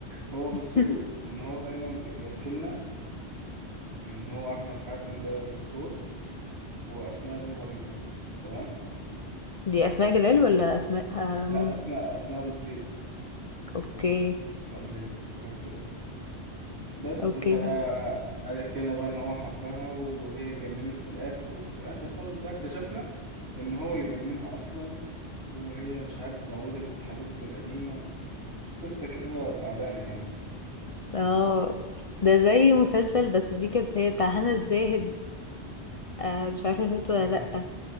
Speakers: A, on the right; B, on the left.
A: هو قصته
B: <laughs>
A: ان هو دايما بي- بيحكي لنا ان هو احمد حاتم ده دكتور واسماء دي مريضة تمام
B: دي اسماء جلال ولا اسماء آه، مين
A: لا اسماء اسماء بتزيد
B: اوكي
A: ابو اليزيد ولا حاجة كده بس
B: اوكي
A: ف
B: ده
A: قعد يحكي لنا بقى ان هو حبها وهي اتجننت في الاخر وفي الاخر خالص بقى اكتشفنا ان هو اللي جننها اصلا وهي مش عارف موتت حبيبته القديمة قصة كده تعبانة يعني
B: اه ده زي مسلسل بس دي كانت هي بتاع هنا الزاهد آه مش عارفه شفته ولا لا
A: واحد